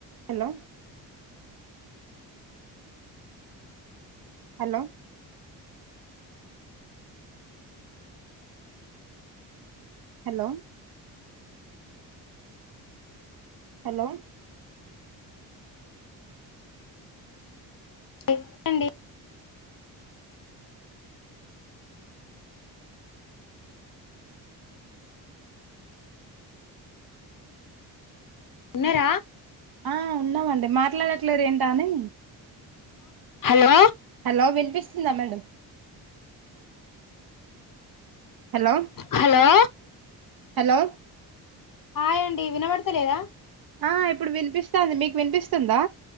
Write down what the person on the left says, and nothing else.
చెప్పండి ఉన్నార
హలో
హలో
హాయడి వినబడతలేదా